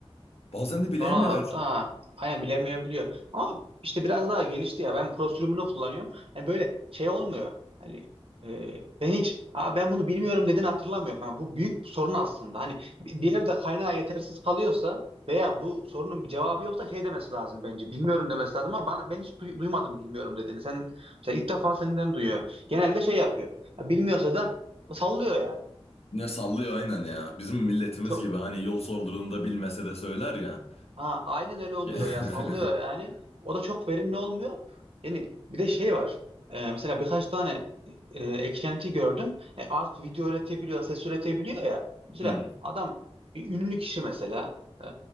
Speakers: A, on the left; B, on the right.
A: Bazen de bilemiyor.
B: Sonra ne yaptı? Ha, aynen bilemiyor biliyor. Ama işte biraz daha gelişti ya. Ben Pro sürümünü kullanıyorum. Yani böyle şey olmuyor. Hani e, ben hiç Aa, ben bunu bilmiyorum dediğini hatırlamıyorum. Yani bu büyük bir sorun aslında. Hani bir bir yerde kaynağı yetersiz kalıyorsa veya bu sorunun bir cevabı yoksa şey demesi lazım bence. Bilmiyorum demesi lazım ama bana, ben hiç duy- duymadım bilmiyorum dediğini. Sen mesela ilk defa senden duyuyorum. Genelde şey yapıyor. Ya Bilmiyorsa da sallıyor yani.
A: Ne sallıyor aynen ya. Bizim milletimiz
B: Çok
A: gibi hani yol sorduğunda bilmese de söyler ya.
B: Ha, aynen öyle oluyor
A: <laughs>
B: ya sallıyor yani. O da çok verimli olmuyor. Yani bir de şey var. Ee, mesela birkaç tane e, eklenti gördüm. E, artık video üretebiliyor, ses üretebiliyor ya. Mesela
A: Hmm.
B: adam bir ünlü kişi mesela e,